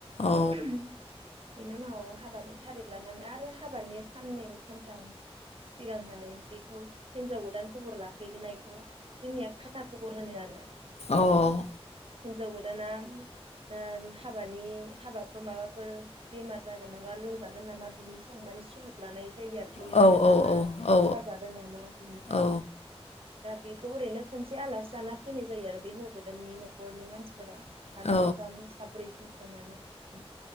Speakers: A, on the left (about 80°); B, on the right (about 60°).
A: औ
B: बेनि उनाव हाबानि थारिख लानानै आरो हाबानि साननै सानथाम सिगांहाय बेखौ हिनजाव गोदान खबर लाफैनायखौ जोंनिया खाथा खबर <unintelligible> आरो
A: औ
B: हिनजाव गोदाना ओ हाबानि हाबाफोराव माबाफोर बेमार जागोन नामा लोमजागोन नामा बिनि सायाव माने सुलुग लानाय जायो आरो लोमजादों
A: औ
B: नामा
A: औ औ
B: साजादों नामा बिनि थाखाय
A: औ
B: दा बेखौ ओरैनो <unintelligible> जे आलासि जाना फैनाय जायो आरो बे हौवा गोदाननि न'खरनि मानसिफोरा सानै
A: औ
B: साथाम साब्रैसिम थांनानै उम